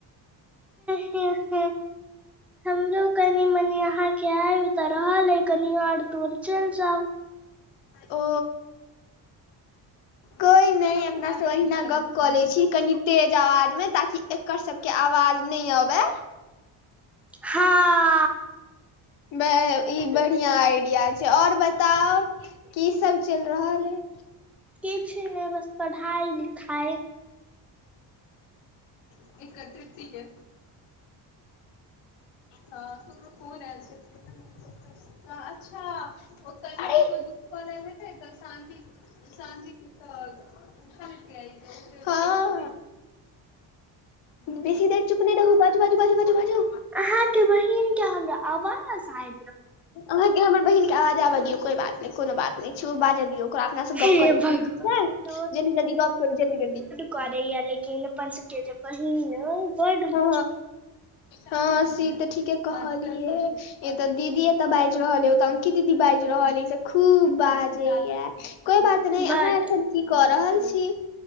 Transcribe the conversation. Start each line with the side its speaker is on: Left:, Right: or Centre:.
Centre: हे हे हमरो कनी मनी आहाँकेँ आइब तऽ रहल अय कनि आओर दूर चैल जाउ
Left: ओ कोइ नय अपना सब अहिना गप कऽ ले छी कनि तेज आवाज मे ताकि एकर सब केँ आवाज नय अबै
Centre: हँ
Left: ब - ई बढ़िया आइडिया छै आओर बताउ की सब चैल रहल ए
Centre: किछ नय बस पढ़ाइ लिखाइ
Left: एकर <unintelligible> केँ हँ केकरो फोन एल छेलै तऽ अच्छा ओतऽ नय दुख खोल्ल हेतै तऽ शन्ती चाँदी <unintelligible> उठके अइतै हँ बेसी देर चुप नय रहु बाजू - बाजू, बाजू - बाजू बाजू
Centre: अहाँ केँ बहिन केँ हमरा आवाज आय
Left: अहाँकेँ हमर बहिन केँ आवाज आबऽ दियौ कोई बात नय कोनो बात नय छै ओ बाजऽ दियौ ओकरा अपना से
Centre: हे
Left: गप करै
Centre: भगवान
Left: छी ठीक छै जल्दी - जल्दी गप करू जल्दी - जल्दी
Centre: करे यऽ लेकिन अपन सबके जे बहिन बड्ड
Left: हँ
Centre: <unintelligible>
Left: हँ सी तऽ ठीके कहलियै ई तऽ दीदी एतऽ बाजि रहल ए एअंकी दीदी बाजि रहल ए ई सब खूब बाजैय य कोइ बत नइ
Centre: बड्ड
Left: अहाँ एखैन की कऽ रहल छी